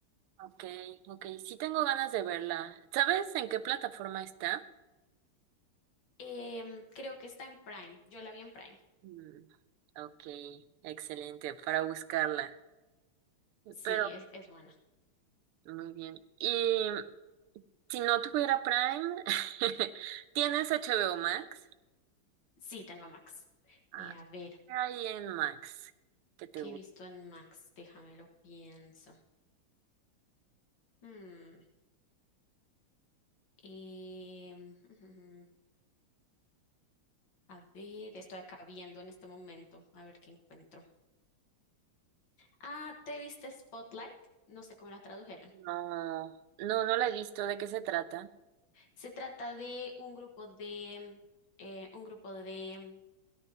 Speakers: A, on the right (about 85°); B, on the left (about 60°).
A: Ok, ok, sí tengo ganas de verla. ¿Sabes en qué plataforma está?
B: Em, creo que está en Prime, yo la vi en Prime.
A: Mm, ok, excelente, para buscarla.
B: Sí,
A: Pero,
B: es, es buena.
A: muy bien. Y si no tuviera Prime, <laughs> ¿tienes HBO Max?
B: Sí, tengo Max.
A: Ah,
B: Eh, a ver,
A: ahí en Max, que te
B: ¿qué
A: gusta.
B: he visto en Max? Déjame lo pienso. Hmm, em, <laughs> a ver, estoy acá viendo en este momento, a ver qué encuentro. Ah, ¿te viste Spotlight? No sé cómo la tradujeron.
A: No, no, no la he visto. ¿De qué se trata?
B: Se trata de un grupo de, eh, un grupo de,